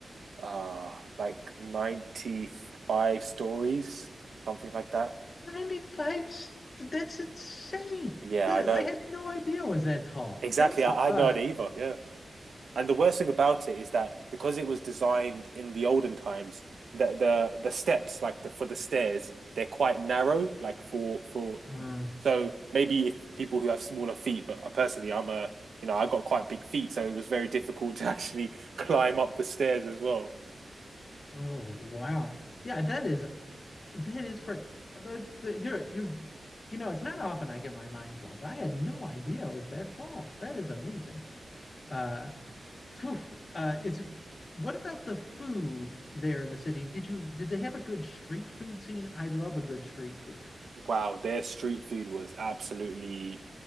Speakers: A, on the right (about 75°); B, on the left (about 50°).
A: uh like 95 stories, something like that.
B: 95 st- that's insane.
A: Yeah,
B: Th-
A: I know.
B: I had no idea it was that tall.
A: Exactly.
B: That's
A: I, I
B: uh,
A: had no idea either. Yeah. And the worst thing about it is that because it was designed in the olden times, the the, the steps like the for the stairs, they're quite narrow, like for for
B: uh
A: so maybe if people who have smaller feet, but personally I'm a you know, I got quite big feet, so it was very difficult to <laughs> actually climb up the stairs as well.
B: oh wow. Yeah, that is that is correct. The, the you're you you know, it's not often I get my mind blown, but I had no idea it was that tall. That is amazing. Uh Phew, uh, is what about the food there in the city? Did you did they have a good street food scene? I love a good street food.
A: wow, their street food was absolutely